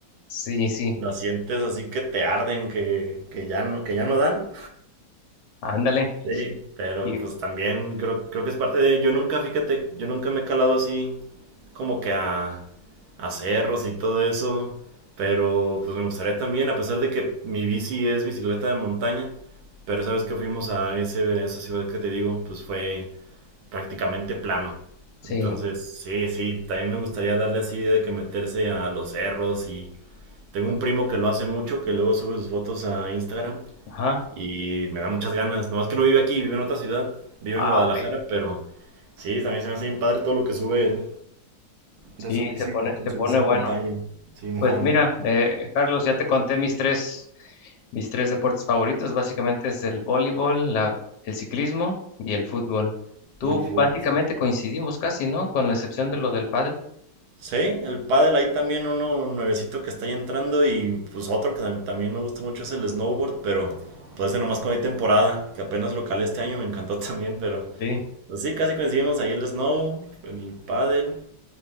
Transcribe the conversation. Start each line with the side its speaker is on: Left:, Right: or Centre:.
Left: Sí, sí,
Right: Las sientes así que te arden, que, que ya no, que ya no dan.
Left: ándale.
Right: Sí, pero
Left: Y
Right: pues también creo, creo que es parte de... Yo nunca, fíjate, yo nunca me he calado así como que a, a cerros y todo eso, pero pues me gustaría también, a pesar de que mi bici es bicicleta de montaña, pero sabes que fuimos a ese, esa ciudad que te digo, pues fue prácticamente plano.
Left: sí,
Right: Entonces, sí, sí, también me gustaría darle así de que meterse a los cerros y tengo un primo que lo hace mucho, que luego sube sus fotos a Instagram
Left: ajá.
Right: y me da muchas ganas. Nomás que no vive aquí, vive en otra ciudad. Vive
Left: Ah,
Right: en Guadalajara,
Left: ok.
Right: pero sí, también se me hace bien padre todo lo que sube él.
Left: Sí,
Right: De su bici,
Left: se pone,
Right: con
Left: se
Right: su
Left: pone
Right: bici
Left: bueno.
Right: de montaña. Simón.
Left: Pues mira, eh, Carlos, ya te conté mis tres, mis tres deportes favoritos. Básicamente es el voleibol, la, el ciclismo y el fútbol. Tú
Right: Y el foot.
Left: básicamente coincidimos casi, ¿no? Con la excepción de lo del pádel.
Right: Sí, el pádel ahí también uno nuevecito que está ahí entrando y pues otro que tam- también me gusta mucho es el snowboard, pero pues ese nomás como hay temporada, que apenas lo calé este año me encantó <laughs> también, pero
Left: Sí.
Right: pues sí, casi coincidimos ahí el snow, el pádel,